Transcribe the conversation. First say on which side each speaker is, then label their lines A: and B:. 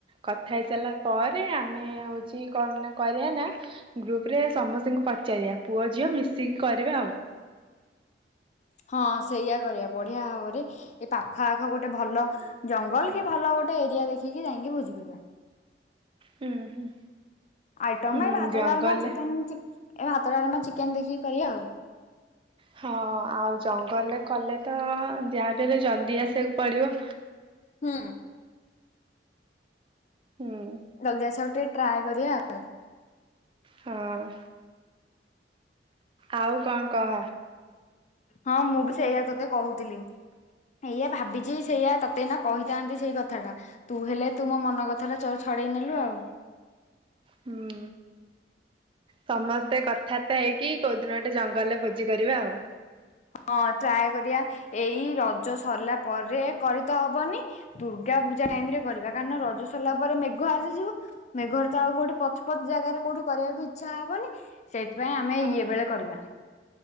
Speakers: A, on the right; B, on the left.
A: କଥା ହେଇସାରିଲା ପରେ ଆମେ ହଉଛି କଣ କରିବା ନାଁ ଗ୍ରୁପ ରେ ସମସ୍ତଙ୍କୁ ପଚାରିବା ପୁଅ ଝିଅ ମିଶିକି କରିବା ଆଉ।
B: ହଁ ସେଇଆ କରିବା ବଢ଼ିଆ ହବରେ। ଏ ପାଖ ଆଖ ଗୋଟେ ଭଲ ଜଙ୍ଗଲ କି ଭଲ ଗୋଟେ ଏରିଆ ଦେଖିକି ଯାଇକି ଭୋଜି କରିବା।
A: ହୁଁ ହୁଁ
B: ଆଇଟମ
A: ହୁଁ
B: ଏଇ ଭାତ
A: ଜଙ୍ଗଲରେ
B: ଡାଲମା ଚିକେନ୍। ଏଇ ଭାତ ଡାଲମା ଚିକେନ୍ ଦେଖିକି କରିବା ଆଉ।
A: ହଁ ଆଉ ଜଙ୍ଗଲରେ କଲେ ତ ଯାହାବି ହେଲେ ଜଲ୍ଦି ଆସିବାକୁ ପଡିବ।
B: ହୁଁ
A: ହୁଁଉଁ
B: ଜଲ୍ଦି ଆସିବାକୁ ଟିକେ ଟ୍ରାଏ କରିବା ଆଉ।
A: ହଁ। ଆଉ କଣ କହ?
B: ହଁ ମୁଁ ବି ସେଇଆ ତତେ କହୁଥିଲି। ଏଇଆ ଭାବିଛି ସେଇୟା ତତେ ନାଁ କହିଥାନ୍ତି ସେଇ କଥାଟା। ତୁ ହେଲେ ତୁ ମୋ ମନ କଥା ଟା ଛଡେଇ ନେଲୁ ଆଉ।
A: ହୁଁ। ସମସ୍ତେ କଥାବାର୍ତା ହେଇକି କୋଉ ଦିନ ଗଟେ ଜଙ୍ଗଲରେ ଭୋଜି କରିବା ଆଉ।
B: ହଁ ଟ୍ରାଏ କରିବା ଏଇ ରଜ ସରିଲା ପରେ କରି ତ ହବନି। ଦୁର୍ଗା ପୂଜା ଟାଇମ୍ ରେ କରିବା କାର ରଜ ସରିଲା ପରେ ମେଘ ଆସିଯିବ। ମେଘରେ ତ ଆଉ କଉଠି ପଚ ପଚ ଜାଗାରେ କୋଉ କରିବାକୁଇ ଇଛା ହବନି ସେଇଥିପାଇଁ ଆମେ
A: ହଁ।
B: ଇଏ ବେଳେ କରିବା।